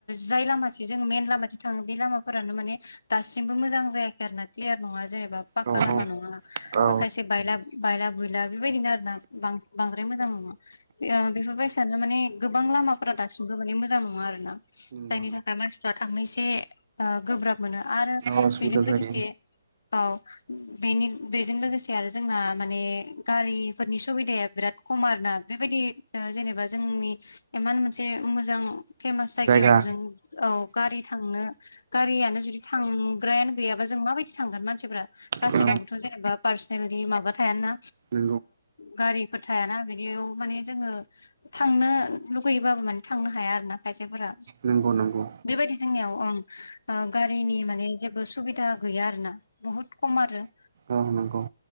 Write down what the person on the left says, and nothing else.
जाय लामाथि जोङो मेन लामाथिं थाङो बे लामा फोरानो माने दासिमबो मोजां जायाखै आरो ना क्लियार नङा जेनेबा पाक्का
लामा नङा
खायसे बायला बायला बुयला बेबायदिनो आरोना बांद्राय मोजां मोना बेफोरबायसानो माने गोबां लामाफोरा दासिमबो माने मोजां नङा आरो ना
जायनि थाखाय मानसिफ्रा थांनो एसे गोब्राब मोनो आरो
बेजों लोगोसे
औ बेनि बेजों लोगोसे आरो जोंना माने गारिफोरनि सुबिदाया बिराद खम आरोना बेबायदि जेनेबा जोंनि इमान मोनसे मोजां फेमास जायगायाव
जों औ गारि थांनो गारियानो जुदि थांग्रायानो गैयाबा जों माबायदि थांगोन मानसिफ्रा गासिनावबोथ'
जेनेबा फार बेबायदि माबा थायाना
गारिफोर थायाना बिदियाव माने जोङो थांनो लुगैयोबाबो माने थांनो हाया आरो ना खायसेफोरा
बेबायदि जोंनियाव ओं गारिनि माने जेबो सुबिदा गैया आरो ना बुहुत खम आरो